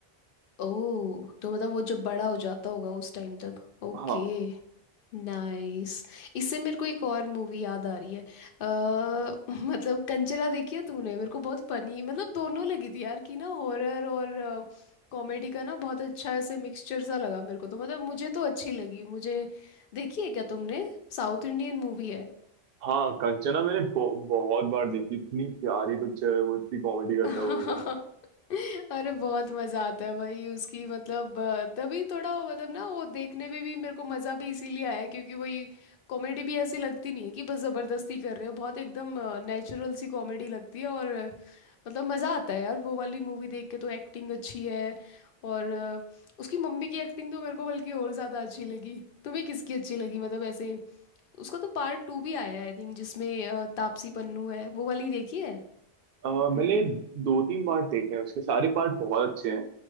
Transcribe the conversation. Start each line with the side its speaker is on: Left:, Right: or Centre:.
Left: ओ तो मतलब वो जब बड़ा हो जाता होगा उस टाइम तक ओके
Right: हाँ
Left: नाइस इससे मेरे को एक और मूवी याद आ रही है अ, <laughs> मतलब कंचना देखी है तूने मेरे को बहुत फनी मतलब दोनों लगी थी यार कि ना हॉरर और कॉमेडी का ना बहुत अच्छा ऐसे मिक्सचर सा लगा मेरे को तो मतलब मुझे तो अच्छी लगी मुझे देखी है क्या तुमने साउथ इंडियन मूवी है
Right: हाँ कंचना मैंने बहु- बहुत बार देखी इतनी प्यारी पिक्चर है वो इतनी कॉमेडी करता
Left: <laughs>
Right: है वो हीरो
Left: अरे बहुत मजा आता है भाई उसकी मतलब अ, तभी थोड़ा वो मतलब ना वो देखने में भी मेरे को मजा भी इसीलिए आया क्योंकि वही कॉमेडी भी ऐसी लगती नहीं है कि बस जबरदस्ती कर रहे हो बहुत एकदम नेचुरल सी कॉमेडी लगती है और अ, मतलब मजा आता है यार वो वाली मूवी देख के तो एक्टिंग अच्छी है और अ, उसकी मम्मी की एक्टिंग तो मेरे को बल्कि और ज्यादा अच्छी लगी तुम्हें किसकी अच्छी लगी मतलब ऐसे उसका तो पार्ट टू भी आया है आई थिंक जिसमें अ, तापसी पन्नू है वो वाली देखी है
Right: अ, मैंने दो तीन पार्ट देखे हैं उसके सारे पार्ट बहुत अच्छे हैं